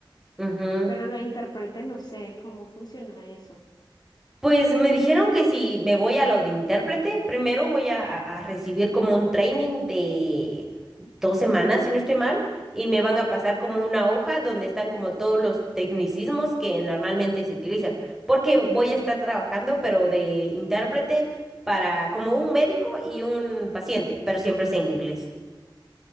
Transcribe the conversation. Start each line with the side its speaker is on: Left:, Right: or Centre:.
Centre: Ujú.
Left: Pero lo interpreté, no sé cómo funciona eso.
Centre: Pues me dijeron que si me voy a lo de intérprete, primero voy a, a- a recibir como un training de dos semanas, si no estoy mal, y me van a pasar como una hoja donde están como todos los tecnicismos que normalmente se utilizan, porque voy a estar trabajando, pero de intérprete para como un médico y un paciente, pero siempre es en inglés.